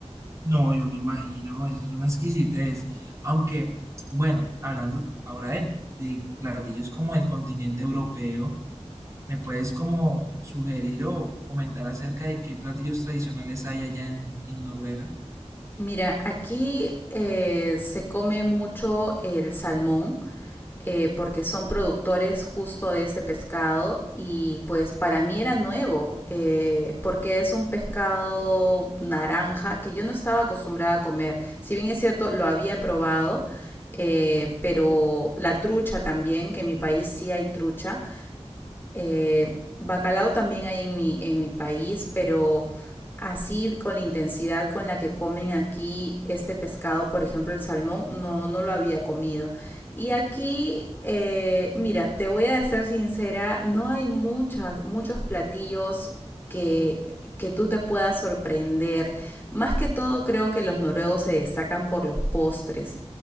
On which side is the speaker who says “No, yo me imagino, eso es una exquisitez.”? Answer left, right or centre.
Right